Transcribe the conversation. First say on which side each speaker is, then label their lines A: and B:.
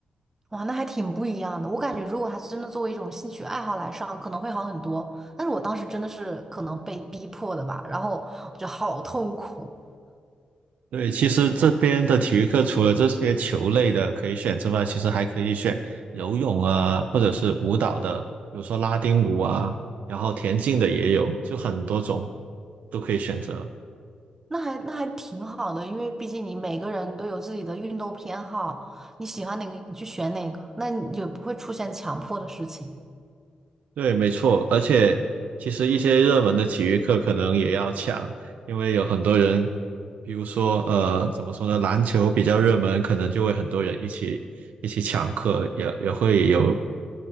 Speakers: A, on the right; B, on the right.
A: 哇，那还挺不一样的。我感觉，如果他真的作为一种兴趣爱好来上，可能会好很多。但是我当时真的是可能被逼迫的吧，然后就好痛苦。
B: 对，其实这边的体育课除了这些球类的可以选之外，其实还可以选游泳啊，或者是舞蹈的，比如说拉丁舞啊，然后田径的也有，就很多种都可以选择。
A: 那还那还挺好的，因为毕竟你每个人都有自己的运动偏好，你喜欢哪个你去选哪个，那你也不会出现强迫的事情。
B: 对，没错，而且其实一些热门的体育课可能也要抢，因为有很多人，比如说呃，怎么说呢，篮球比较热门，可能就会很多人一起一起抢课，也也会有